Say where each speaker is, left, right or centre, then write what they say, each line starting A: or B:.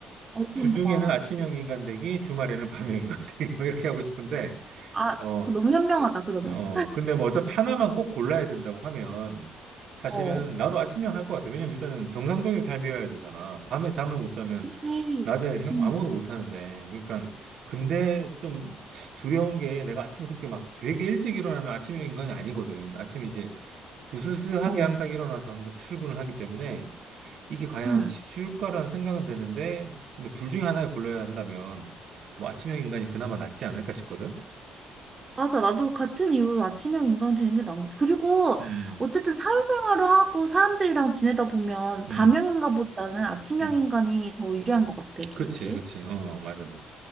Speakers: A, on the right; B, on the right.
A: 어, 그런가
B: 주중에는
A: 봐.
B: 아침형 인간되기, 주말에는 밤형 인간되기, <laughs> 뭐 이렇게 하고 싶은데,
A: 아,
B: 어,
A: 그 너무 현명하다, 그러면.
B: 어, 근데 뭐 어차피 하나만 꼭 골라야 된다고 하면, 사실은
A: 어.
B: 나도 아침형 할 것 같아. 왜냐면 일단은 정상적인 삶이어야 되잖아. 밤에 잠을 못 자면
A: 그치.
B: 낮에 행-
A: 응.
B: 아무것도 못 하는데. 그러니까, 근데 좀 두려운 게 내가 아침에 그렇게 막 되게 일찍 일어나는 아침형 인간이 아니거든. 아침에 이제 부스스하게
A: 어.
B: 항상 일어나서 항상 출근을 하기 때문에 이게 과연
A: 응.
B: 쉬울까라는 생각은 드는데 뭐둘 중에 하나를 골라야 한다면 뭐 아침형 인간이 그나마 낫지 않을까 싶거든.
A: 맞아. 나도 같은 이유로 아침형 인간이 되는 게 나은 것 같아. 그리고
B: 음,
A: 어쨌든 사회생활을 하고 사람들이랑 지내다 보면
B: 음,
A: 밤형 인간보다는 아침형
B: 음.
A: 인간이 더 유리한 것 같아.
B: 그렇지,
A: 그치?
B: 그렇지. 어, 어, 맞아, 맞아.